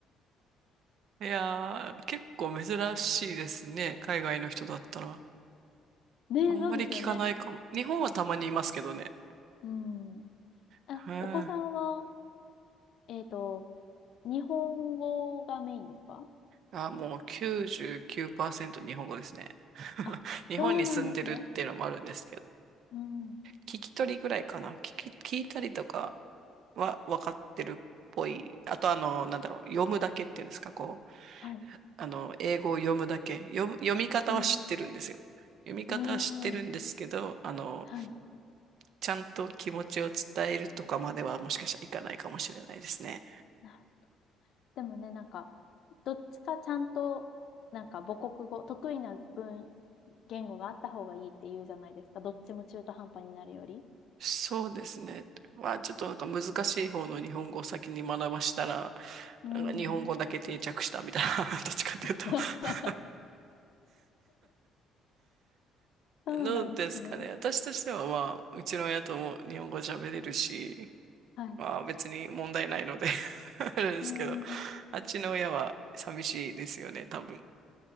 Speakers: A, on the right; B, on the left.
A: いやー、結構珍しいですね。海外の人だったら。
B: ねえ、
A: あんまり聞かないかも。
B: そうですよね。
A: 日本はたまにいますけどね。
B: うん。あ、
A: へえ
B: お子さんは、えっと、日本語がメインですか
A: あ、もう99%日本語ですね。<laughs>
B: あ、
A: 日本に住んでるっていうのもあるんですけど、
B: そうなんですね。うん。
A: 聞き取りぐらいかな。聞き、聞いたりとかは分かってるっぽい。あと、あの、なんだろう、読むだけっていうんですか、こう、
B: はい。
A: あの、英語を読むだけ。読む、読み方は知ってるんですよ。
B: うん。
A: 読み方は知ってるんですけど、
B: うーん。
A: あの、
B: はい。
A: ちゃんと気持ちを伝えるとかまではもしかしたらいかないかもしれないですね。
B: なるほど。でもね、なんか、どっちかちゃんと、なんか母国語、得意な文、言語があった方がいいって言うじゃないですか。どっちも中途半端になるより。
A: そうですね。まあちょっとなんか難しい方の日本語を先に学ばしたら、
B: うん。
A: なんか日本語だけ定着したみたいな、<laughs> どっちかというと
B: <laughs>
A: <laughs>
B: そうなんですね。
A: どうですかね。私としては、まあ、うちの親とも日本語喋れるし、
B: はい。
A: まあ別に問題ないので <laughs> あれですけど、
B: うーん。
A: あっちの親は寂しいですよね、多分。